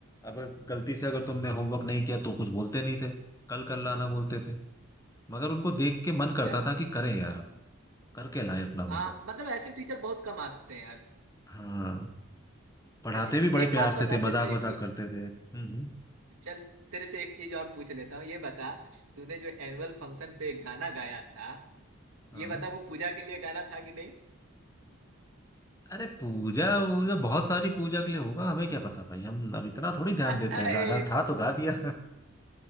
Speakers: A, on the left; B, on the right.
A: अब गलती से अगर तुमने होमवर्क नहीं किया तो कुछ बोलते नहीं थे कल कर लाना बोलते थे मगर उनको देख के मन करता
B: यार
A: था कि करें यार हम करके लाएं अपना होमवर्क
B: हाँ मतलब ऐसे टीचर बहुत कम आते हैं यार
A: हाँ पढ़ाते
B: अच्छा
A: भी बड़े
B: एक
A: प्यार
B: बात
A: से
B: बता
A: थे
B: तेरे
A: मजाक
B: से एक
A: मजाक
B: चीज
A: करते थे हम्म
B: चल तेरे से एक चीज और पूछ लेता हूँ ये बता तूने जो एनुअल फंक्शन पे एक गाना गाया था
A: हाँ
B: ये बता वो पूजा के लिए गाना था कि नहीं
A: अरे पूजा वूजा बहुत सारी पूजा के लिए होगा हमें क्या पता भाई हम अब इतना थोड़ी
B: <laughs>
A: ध्यान देते
B: अरे
A: हैं गाना था तो गा दिया